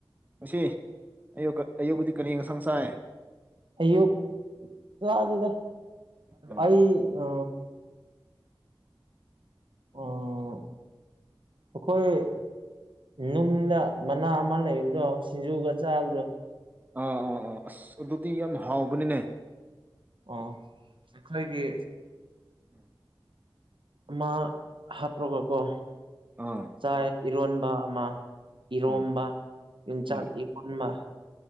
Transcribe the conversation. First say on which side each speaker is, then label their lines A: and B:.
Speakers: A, on the right; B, on the right.
A: ꯉ ꯑ ꯑꯌꯨꯕꯨꯗꯤ ꯀꯔꯤ ꯉꯁꯪ ꯁꯥꯏ
B: ꯑꯌꯨꯛ ꯆꯥꯗꯨꯗ
A: ꯎꯝ
B: ꯑꯩ ꯑ ꯎꯝ ꯑꯩꯈꯣꯏ ꯅꯨꯡꯗ ꯃꯅꯥ ꯑꯃ ꯂꯩꯕꯗꯣ ꯁꯤꯡꯖꯨꯒ ꯆꯥꯕꯗꯣ
A: ꯑꯥ ꯑꯥ ꯑꯥ ꯑꯁ ꯑꯗꯨꯗꯤ ꯌꯥꯝ ꯍꯥꯎꯕꯅꯤꯅꯦ
B: ꯑꯣ ꯑꯩꯈꯣꯏꯒꯤ
A: ꯎꯝ
B: ꯃꯥ ꯍꯥꯞ꯭ꯔꯒ ꯀꯣ
A: ꯑꯥ
B: ꯆꯥꯛ ꯏꯔꯣꯟꯕ ꯑꯃ ꯏꯔꯣꯝꯕ
A: ꯎꯝ
B: ꯏ
A: ꯎꯝ
B: ꯆ ꯏꯟꯃ